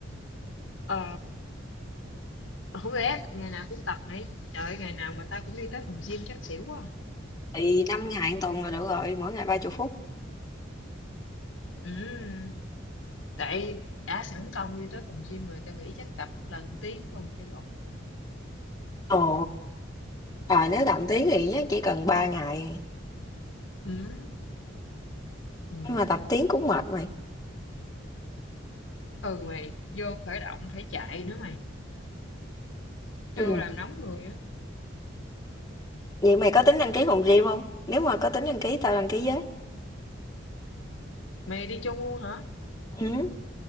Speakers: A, on the left; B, on the left.
A: ờ Không lẽ ngày nào cũng tập mày? Trời ơi, ngày nào mà tao cũng đi tới phòng gym chắc xỉu quá. à.
B: thì năm ngày một tuần là được rồi mỗi ngày ba chục phút
A: Ừ, tại đã sẵn công đi tới phòng gym rồi tao nghĩ chắc tập lần tiếng luôn cho rồi.
B: ồ à nếu tập tiếng thì chắc chỉ cần ba ngày
A: Ừ, ừ.
B: nhưng mà tập tiếng cũng mệt mày
A: Ừ mày vô khởi động phải chạy nữa mày.
B: ừ.
A: Vô làm nóng người á.
B: vậy mày có tính đăng ký phòng gym không nếu mà có tính đăng ký tao đăng ký với
A: Mày đi chung luôn hả?
B: ừ.